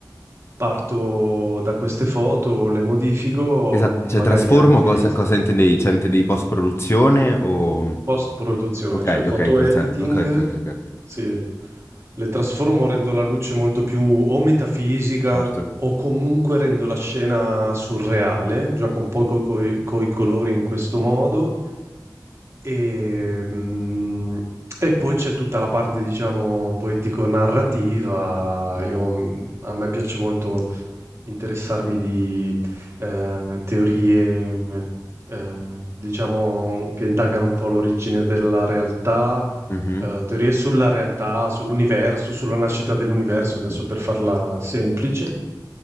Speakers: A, on the right; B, on the left.
A: Parto da queste foto, le modifico,
B: Esa-
A: mh,
B: cioè
A: magari
B: trasformo
A: anche
B: cosa, cosa intendevi? Cioè intendevi post-produzione o...
A: Post-produzione,
B: Ok,
A: cioè photo
B: ok, in quel
A: editing,
B: senso. Ok, ok, ok, ok,
A: sì, le trasformo, rendo la luce molto più o metafisica
B: certo.
A: o comunque rendo la scena surreale, gioco un po' con i colori in questo modo e, mm, e poi c'è tutta la parte, diciamo, poetico-narrativa.
B: Mhm,
A: Io, mm, a me piace molto Interessarmi di, ehm, teorie, ehm, diciamo che indagano un po' l'origine della realtà,
B: mhm,
A: ehm, teorie sulla realtà, sull'universo, sulla nascita dell'universo, adesso
B: mhm,
A: per farla semplice.